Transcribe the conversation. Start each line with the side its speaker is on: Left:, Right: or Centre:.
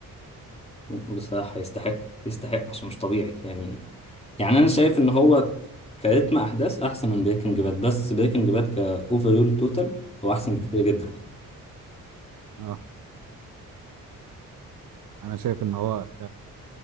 Left: بصراحه يستحق يستحق عشان مش طبيعي يعني يعني انا
Right: <laughs>
Left: شايف ان هو كريتم احداث احسن من بريكنج باد بس بريكنج باد كاوفرول توتال هو احسن بكتير جدا
Right: اه انا شايف ان هو